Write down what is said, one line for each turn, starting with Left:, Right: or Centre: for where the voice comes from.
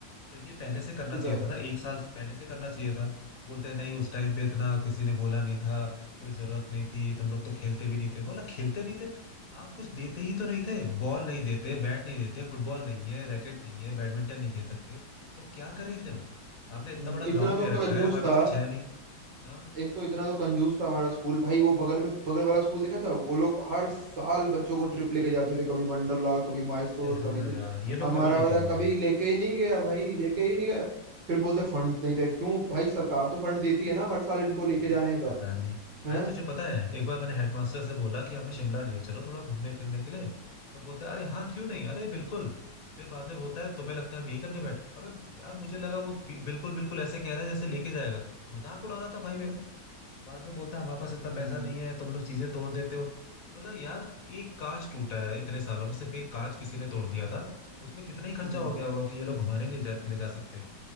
Left: तो ये पहले से करना
Right: तो
Left: चाहिए
Right: क्या
Left: था ना एक साल से पहले से करना चाहिए था बोलते हैं नहीं उस टाइम पे इतना किसी ने बोला नहीं था कोई जरूरत नहीं थी तुम लोग तो खेलते भी नहीं थे मैं बोला खेलते नहीं थे आप कुछ देते ही तो नहीं थे बॉल नहीं देते बैट नहीं देते फुटबॉल नहीं है रैकेट नहीं है बैडमिंटन नहीं खेल सकते तो क्या करें फिर आपने
Right: हम्म,
Left: इतना बड़ा
Right: इतना
Left: ग्राउंड
Right: तो
Left: ले रखा
Right: कंजूस
Left: है हमारे पास
Right: था
Left: कुछ है नहीं हाँ
Right: एक तो इतना तो कंजूस था हमारा स्कूल भाई वो बगल में बगल वाला स्कूल देखा था वो लोग हर साल बच्चों को ट्रिप लेके जाते थे कभी वंडरला कभी मैसूर
Left: अरे हाँ
Right: कभी कुछ
Left: यार ये लोग
Right: हमारा
Left: कभी लेके
Right: वाला
Left: नहीं
Right: कभी
Left: गए
Right: लेके ही नहीं गया भाई लेके ही नहीं गया फिर बोलते फंड्स नहीं थे क्यों भाई सरकार तो फंड देती है ना हर साल इनको लेके
Left: हाँ
Right: जाने का
Left: पता नहीं
Right: है
Left: अरे तुझे पता है एक बार मैंने हेडमास्टर से बोला कि हमें शिमला ले चलो थोड़ा घूमने फिरने के लिए तो बोलता है अरे हाँ क्यों नहीं अरे बिल्कुल फिर बाद में बोलता है तुम्हें लगता है हम यही करने बैठे अबे यार मुझे लगा वो बि- बिल्कुल बिल्कुल ऐसे कह रहा है जैसे लेके जाएगा मजाक उड़ा रहा था भाई मेरा बाद में बोलता है हमारे पास इतना
Right: हम्म
Left: पैसा नहीं है तुम लोग चीजें तोड़ देते हो बोला यार एक कांच टूटा है इतने सालों में सिर्फ एक कांच किसी ने तोड़ दिया था उसमें कितना ही खर्चा
Right: हम्म
Left: हो गया होगा कि ये लोग घुमाने ले जा ले जा सकते